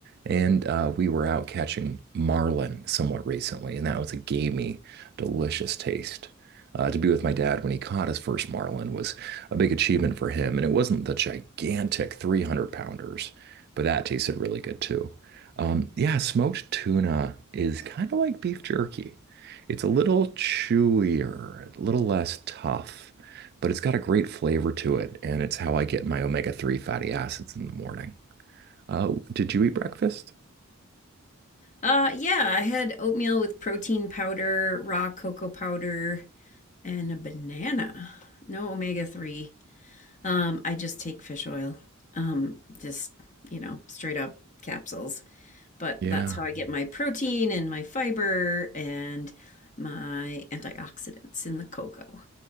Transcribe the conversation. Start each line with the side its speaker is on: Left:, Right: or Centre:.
Right: and uh, we were out catching marlin somewhat recently, and that was a gamey, delicious taste. Uh, to be with my dad when he caught his first marlin was a big achievement for him, and it wasn't the gigantic 300 pounders, but that tasted really good too. Um, yeah, smoked tuna is kind of like beef jerky. It's a little chewier, a little less tough, but it's got a great flavor to it, and it's how I get my omega-3 fatty acids in the morning. Uh, did you eat breakfast?
Left: Uh, yeah, I had oatmeal with protein powder, raw cocoa powder, and a banana. No omega 3. Um, I just take fish oil. Um, just, you know, straight up capsules. But
Right: Yeah.
Left: that's how I get my protein and my fiber and my antioxidants in the cocoa.